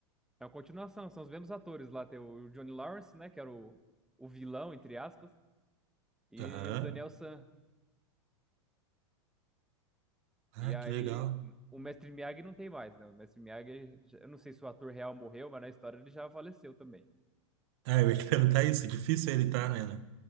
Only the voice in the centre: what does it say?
É uma continuação, são os mesmos atores lá. Tem o Johnny Lawrence, né? Que era o, o vilão, entre aspas. e
o Daniel San.
E aí,
o Mestre Miyagi não tem mais, né? O Mestre Miyagi, já- eu não sei se o ator real morreu, mas na história ele já faleceu também.